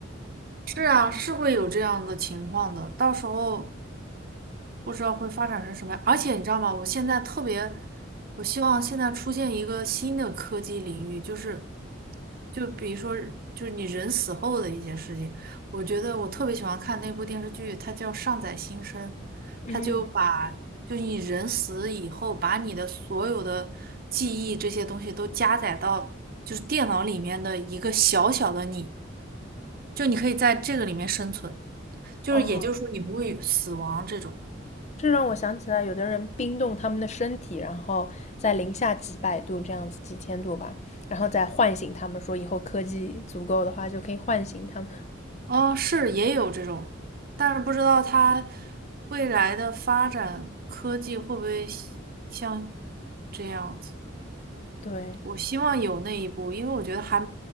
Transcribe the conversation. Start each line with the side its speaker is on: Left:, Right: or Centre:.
Right: 是啊，是会有这样的情况的，到时候。不知道会发展成什么样。而且你知道吗？我现在特别，我希望现在出现一个新的科技领域，就是，就比如说，就是你人死后的一些事情。我觉得我特别喜欢看那部电视剧，它叫《上载新生》，
Left: 嗯，
Right: 它就把就是你人死以后，把你的所有的记忆这些东西都加载到就是电脑里面的一个小小的你，就你可以在这个里面生存，就是也就是说你不会死亡这种。
Left: 哦，这让我想起来，有的人冰冻他们的身体，然后在零下几百度这样子，几千度吧，然后再唤醒他们，说以后科技足够的话就可以唤醒他们。
Right: 哦，是也有这种，但是不知道它未来的发展科技会不会像这样子。
Left: 对，
Right: 我希望有那一步，因为我觉得还